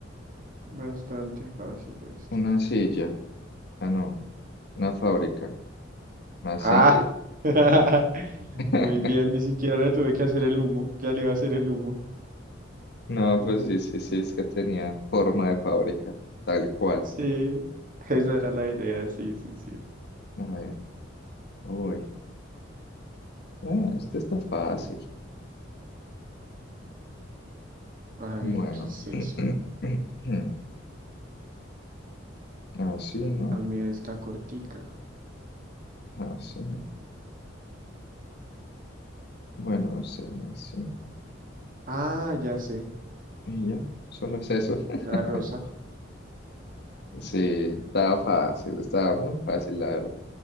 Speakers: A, on the right; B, on the left.
A: Bastante fácil esto.
B: una silla. Ah, no, una fábrica. Ah, sí.
A: Ah, <laughs>
B: <laughs>
A: muy bien, ni siquiera le tuve que hacer el humo. Ya le iba a hacer el humo.
B: No, pues sí, sí, sí, es que tenía forma de fábrica, tal cual.
A: Sí, <laughs> esa era la idea, sí, sí, sí.
B: A ver, uy, ah, este está fácil.
A: A
B: Bueno,
A: ver, ¿qué es eso?
B: <clears throat> así, ¿no?
A: También está cortica.
B: Así. Bueno, así, así.
A: Ah, ya sé,
B: Y ya, solo es eso. <laughs>
A: una rosa.
B: Sí, estaba fácil, estaba muy fácil, la verdad.